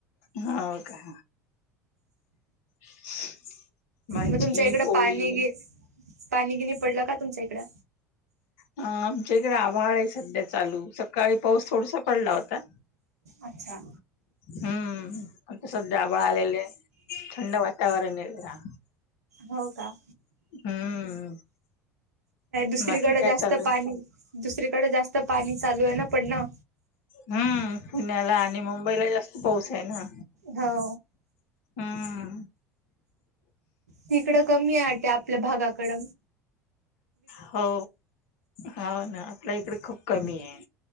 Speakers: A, on the left; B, on the right.
A: हा ओके. <unintelligible> भाजी
B: मग तुमच्या इकडं
A: पोळी
B: पाणी ग पाणी गिनी पडला का तुमच्या इकडं.
A: अ आमच्या इकडे आभाड आहे सध्या चालू सकाळी पाऊस थोडसा पडला होता.
B: अच्छा.
A: हम्म तस डाबळ आलेले थंड वातावरण आहे बरा.
B: हो का.
A: हम्म,
B: दुसरीकडे
A: बाकी काय
B: जास्त
A: चालू आहे?
B: पाणी, दुसरीकडे जास्त पाणी चालू आहे ना, पड्णा,
A: हम्म पुण्याला आणि मुंबईला जास्त पाऊस आहे ना,
B: हो,
A: हा,
B: तिकडं कमी आहे, वाटत आपल्या भागाकड?
A: हो हो ना, आपल्या इकडे खूप कमी आहे.